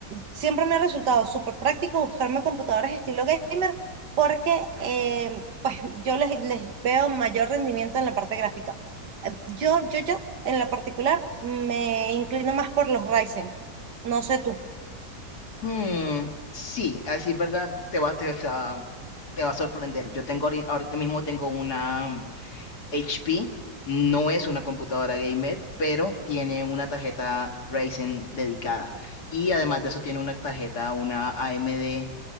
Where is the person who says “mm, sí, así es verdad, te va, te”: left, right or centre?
Left